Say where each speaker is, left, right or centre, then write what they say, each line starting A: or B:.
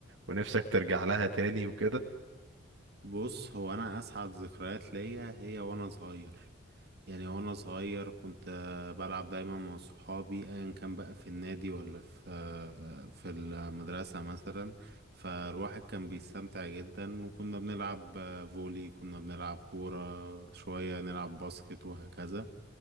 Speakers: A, on the right; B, on the right.
A: ونفسك ترجع لها تاني وكده
B: بص هو انا اسعد ذكريات ليا هي وانا صغير يعني وانا صغير كنت آه، بلعب دايما مع صحابي ايا كان بقى في النادي ولا في آه، في المدرسة مثلا فالواحد كان بيستمتع جدا وكنا بنلعب آه، فولي كنا بنلعب كورة شوية نلعب باسكت وهكذا